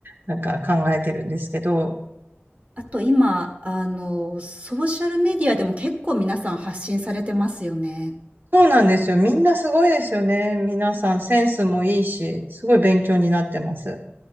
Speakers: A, on the right; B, on the right.
A: なんか考えてるんですけど、
B: あと今、あの、ソーシャルメディアでも結構皆さん発信されてますよね。
A: そうなんですよ。みんなすごいですよね。皆さんセンスもいいし、すごい勉強になってます。